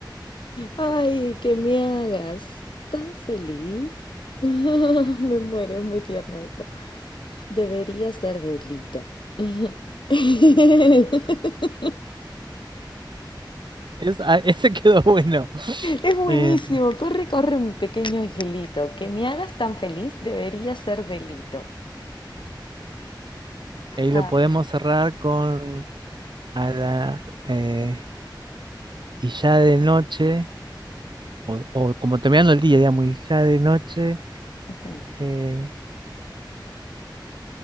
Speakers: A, on the left (about 80°); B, on the right (about 70°).
A: Ay, que me hagas tan feliz. <laughs> Me muero, es muy tierno esto. Debería ser delito. <laughs>
B: Es, ah, <laughs> ese quedó bueno.
A: Es buenísimo.
B: Eh,
A: Corre, corre, mi pequeño angelito. Que me hagas tan feliz debería ser delito.
B: ahí lo
A: Ay,
B: podemos cerrar con a la eh, y ya de noche, o, o como terminando el día, digamos, y ya de noche.
A: Ujú.
B: eh,